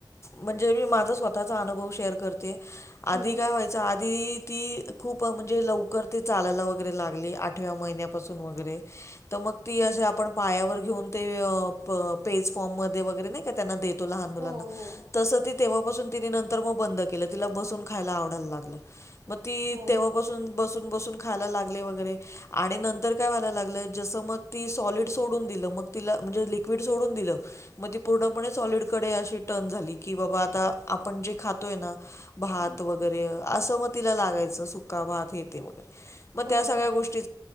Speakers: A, on the left; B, on the right.
A: म्हणजे मी माझा स्वतःचा अनुभव शेअर करते आधी
B: ह
A: काय व्हायच आधी ती खूप म्हणजे लवकर ते चालायला वगैरे लागले आठव्या महिन्यापासून वगैरे तर मग ती असे
B: हो
A: आपण पायावर घेऊन ते पेज फॉर्म मध्ये वगैरे नाही का त्यांना देत लहान मुलांना
B: हो हो
A: तस ते तेव्हापासून ति नंतर मग बंद केलं तिला बसून, खायला आवडायला लागल. मग ती
B: हो हो
A: तेव्हापासून
B: हो
A: बसून बसून खायला लागले, वगैरे आणि नंतर काय व्हायला लागल. जसं मग ती सॉलिड सोडून दिलं मग तिला म्हणजे, लिक्विड सोडून दिल. मग ती पूर्णपणे सॉलडकडे अशी टर्न झाली की बाबा आता आपण जे खातोय ना भात
B: हम्म
A: वगैरे असं मग तिला लागायचं सुका भात हे, ते वगैरे मग
B: हो
A: त्या सगळ्या
B: हो
A: गोष्टी